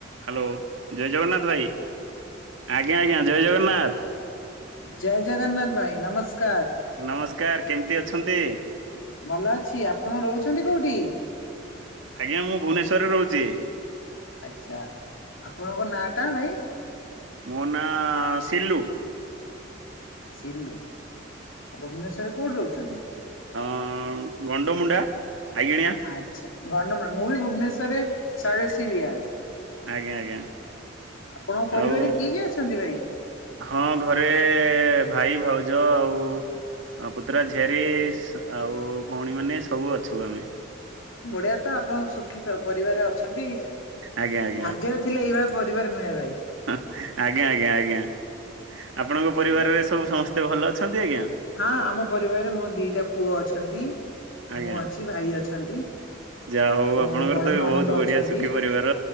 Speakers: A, on the right; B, on the left.
A: ହ୍ୟାଲୋ ଜୟ ଜଗନ୍ନାଥ ଭାଇ ଆଜ୍ଞା ଆଜ୍ଞା ଜୟ ଜଗନ୍ନାଥ।
B: ଜୟ ଜଗନ୍ନାଥ ଭାଇ ନମସ୍କାର।
A: ନମସ୍କାର କେମିତି ଅଛନ୍ତି?
B: ଭଲ ଅଛି ଆପଣ ରହୁଛନ୍ତି କୋଉଠି?
A: ଆଜ୍ଞା ମୁଁ ଭୁବନେଶ୍ୱରରେ ରହୁଚି।
B: ଆଛା ଆପଣଙ୍କ ନା ଟା ଭାଇ?
A: ମୋ ନାଁ ସିଲୁ।
B: ସିଲୁ, ଆ ଭୁବନେଶ୍ଵରରେ କୋଉଠି ରହୁଚନ୍ତି?
A: ହ ଗଣ୍ଡମୁଣ୍ଡା ଆଇଗିଣିଆ
B: ଆଚ୍ଛା ଗଣ୍ଡମୋଳ ମୁଁ ବି ଭୁବନେଶ୍ୱରରେ ଶୈଳଶ୍ରୀବିହାର।
A: ଆଜ୍ଞା ଆଜ୍ଞା
B: ଆପଣଙ୍କ ପରିବାରରେ
A: ଆଉ
B: କିଏ କିଏ ଅଛନ୍ତି ଭାଇ?
A: ହଁ ଘରେ ଭାଇ ଭାଉଜ ଆଉ ହଁ ପୁତୁରା ଝିଆରୀ ଆଉ ଭଉଣୀ ମାନେ ସବୁ ଅଛନ୍ତି।
B: ବଢିଆ ତ ଆପଣ ସୂ ପରିବାରେ ଅଛନ୍ତି
A: ଆଜ୍ଞା ଆଜ୍ଞା
B: ଭାଗ୍ୟରେ ଥିଲେ ଏଇଭଳିଆ ପରିବାର ମିଳେ ଭାଇ।
A: ଆଜ୍ଞା ଆଜ୍ଞା ଆଜ୍ଞା ଆପଣଙ୍କ ପରିବାରରେ
B: ଆଜ୍ଞା।
A: ସବୁ ସମସ୍ତେ ଭଲ ଅଛନ୍ତି ଆଜ୍ଞା।
B: ହଁ ଆମ ପରିବାରରେ ମୋ ଦିଇଟା ପୁଅ ଅଛନ୍ତି।
A: ଆଜ୍ଞା
B: ମୁଁ ଅଛି ଭାଇ ଅଛନ୍ତି।
A: ଯାହା ହଉ
B: ମୋର
A: ଆପଣଙ୍କର
B: ବଡ଼
A: ତ ବି
B: ନଣନ୍ଦ
A: ବହୁତ ବଢିଆ
B: ଅଛନ୍ତି।
A: ସୁଖୀ ପରିବାର